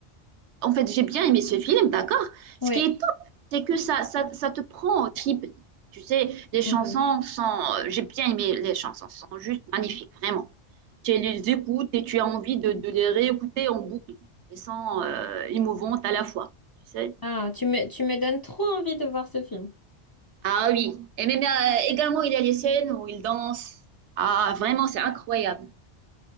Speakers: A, on the right (about 80°); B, on the left (about 25°).
A: En fait, j'ai bien aimé ce film, d'accord?
B: Ouais.
A: Ce qui est top, c'est que ça, ça, ça te prend au trip. Tu sais, les chansons
B: Mm.
A: sont... euh, J'ai bien aimé les chansons, sont juste magnifiques, vraiment. Tu les écoutes et tu as envie de, de les réécouter en boucle. Elles sont euh, émouvantes à la fois, tu sais.
B: Ah, tu me, tu me donnes trop envie de voir ce film.
A: Ah oui, et même euh, également, il y a les scènes où il danse. Ah, vraiment, c'est incroyable.